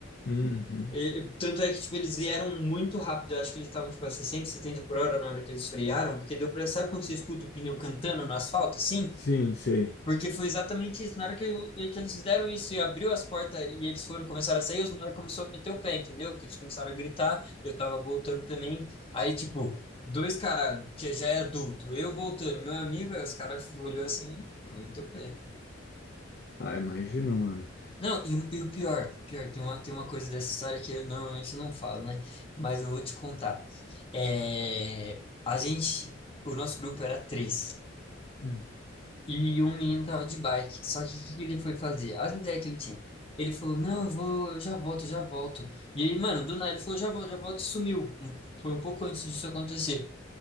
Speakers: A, on the left; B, on the left.
A: Uhum.
B: E- tanto é que, tipo, eles vieram muito rápido. Eu acho que eles estavam, tipo, a 60, 70 por hora na hora que eles frearam, porque deu pra, sabe quando você escuta o pneu cantando no asfalto, assim?
A: Sim, sei.
B: Porque foi exatamente isso. Na hora que, eu- que eles fizeram isso e abriu as portas e eles foram começar a sair, os moleques começaram a meter o pé, entendeu? Que eles começaram a gritar, eu tava voltando também. Aí, tipo, dois caras que já é adulto, eu voltando, meu amigo, aí os caras olhou assim, eu meti o pé.
A: Ah, imagino, mano.
B: Não, e, o e o pior, pior, tem uma, tem uma coisa dessa história que eu, normalmente eu não falo, né? Mas eu vou te contar. É, a gente, o nosso grupo era três.
A: Hum.
B: E um menino tava de bike. Só que o que que ele foi fazer? As ideias que ele tinha. Ele falou, não, eu vou, eu já volto, eu já volto. E aí, mano, do nada ele falou, já volto, já volto e sumiu. Um- Foi um pouco antes disso acontecer.